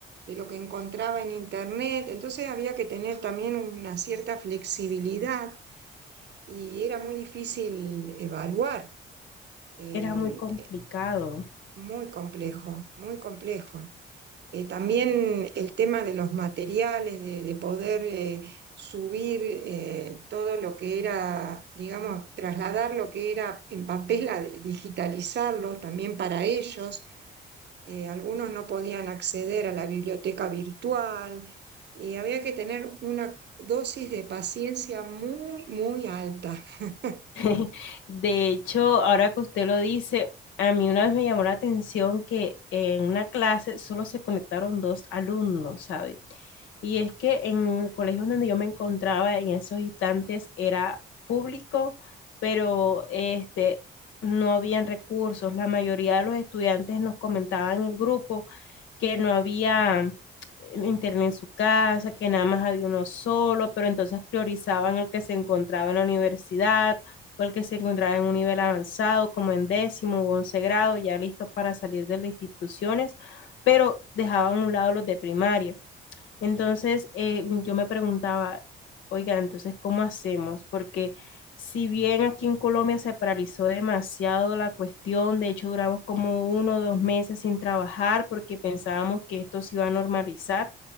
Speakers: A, on the right; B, on the left.
A: de lo que encontraba en internet. Entonces había que tener también una cierta flexibilidad y era muy difícil evaluar. em,
B: Era muy complicado.
A: eh, muy complejo, muy complejo. Eh, también el tema de los materiales, de, de poder eh, subir eh, todo lo que era, digamos, trasladar lo que era en papel, a digitalizarlo también para ellos. Eh, algunos no podían acceder a la biblioteca virtual. Eh, había que tener una dosis de paciencia muy, muy alta. <laughs>
B: <laughs> De hecho, ahora que usted lo dice, a mí una vez me llamó la atención que en una clase solo se conectaron dos alumnos, ¿sabe? Y es que en el colegio donde yo me encontraba en esos instantes era público, pero este, no habían recursos. La mayoría de los estudiantes nos comentaban en el grupo que no había internet en su casa, que nada más había uno solo, pero entonces priorizaban el que se encontraba en la universidad o el que se encontraba en un nivel avanzado, como en décimo u once grado, ya listos para salir de las instituciones, pero dejaban a un lado los de primaria. Entonces, eh, yo me preguntaba, oiga, entonces, ¿cómo hacemos? Porque si bien aquí en Colombia se paralizó demasiado la cuestión, de hecho duramos como uno o dos meses sin trabajar porque pensábamos que esto se iba a normalizar,